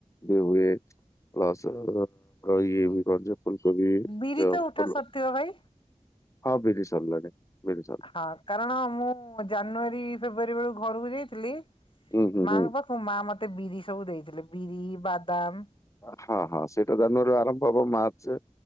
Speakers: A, on the left (about 25°); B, on the left (about 45°).
A: ଏ ହୁଏ ପ୍ଲସ କ ଇଏ <unintelligible> ଫୁଲକୋବି
B: ବିରି
A: ଯ
B: ତ ଉଠା
A: ଫୁଲ
B: ସରିଥିବ ଭାଇ
A: ହଁ ବିରି ସାରିଲାଣି ବିରି ସରି
B: ହଁ କାରଣ ମୁଁ ଜାନୁଆରୀ ଫେବୃଆରୀ ବେଳକୁ ଘରକୁ ଯାଇଥିଲି
A: ହୁଁ ହୁଁ
B: ମାଙ୍କ
A: ହୁଁ
B: ପାଖ ମୋ ମା ମତେ ବିରି ସବୁ ଦେଇଥିଲେ ବିରି, ବାଦାମ୍
A: ହଁ ହଁ ସେଇଟା ଜାନୁଆରୀ ଆରମ୍ଭ ହବ ମାର୍ଚ୍ଚ